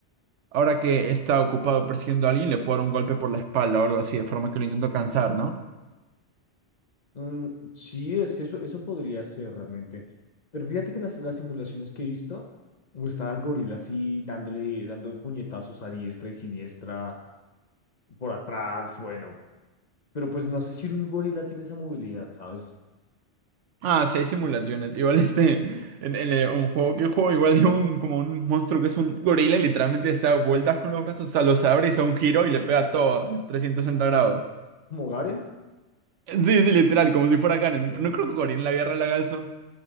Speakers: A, on the right; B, on the left.
A: Ahora que está ocupado persiguiendo a alguien, le puedo dar un golpe por la espalda o algo así, de forma que lo intento cansar, ¿no?
B: Mm, sí, es que eso, eso podría ser realmente. Pero fíjate que las, las simulaciones que he visto muestran al gorila así dándole, dando puñetazos a diestra y siniestra por atrás, bueno, Pero pues no sé si un gorila tiene esa movilidad, ¿sabes?
A: Ah, sí, hay simulaciones. Igual <laughs> este, en, en, eh, un juego que juego, igual hay un, como un monstruo que es un gorila y literalmente se da vueltas con los brazos, o sea, los abre y se da un giro y le pega todo a los 360 grados.
B: ¿Como Garen?
A: Sí, sí, literal, como si fuera Karen.
B: Ok.
A: Pero no creo que Gorila en la guerra le haga eso.